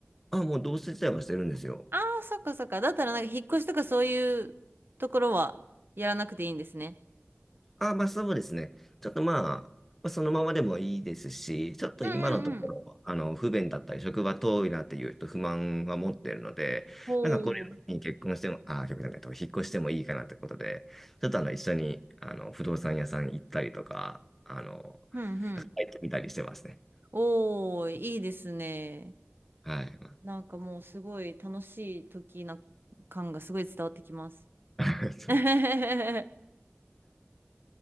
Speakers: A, in the centre; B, on the right.
A: あ、もう同棲自体はしてるんですよ。
B: ああ、そっかそっか。だったらなんか引っ越しとかそういうところはやらなくていいんですね。
A: あ、まあそうですね。ちょっとまあ、まあそのままでもいいですし、ちょっと今のところ、
B: うんうんうん。
A: あの、不便だったり、職場遠いなっていうと不満は持ってるので、
B: お
A: なんかこれに結婚しても、
B: ー
A: あ、結婚じゃないと、引っ越してもいいかなってことで、ちょっとあの、一緒に、あの、不動産屋さん行ったりとか、あの、
B: うんうん。
A: 入ってみたりしてますね。
B: おー、いいですね。
A: はい。
B: なんかもうすごい楽しい時な感がすごい伝わってきます。
A: <laughs> そうです
B: <laughs>